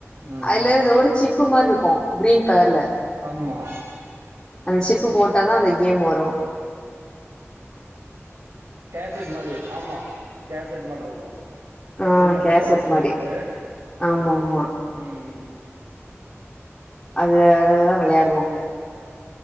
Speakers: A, on the right; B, on the left.
A: ம்
B: அதுல ஒரு சிப்பு மாரி இருக்கு கிரீன் கலர்ல
A: ஆமா
B: அந்த சிப்பு போட்டா தா அந்த கேம் வரு
A: கேசட் மாரி ஆமா கேசட் மாட்ருக்கு
B: ஆ
A: சின்னதா
B: கேசட்
A: பாக்ஸ் டைப்பு
B: மாரி ஆமா ஆமா
A: ம்
B: அது அதுலதா வெளையாடுவாங்க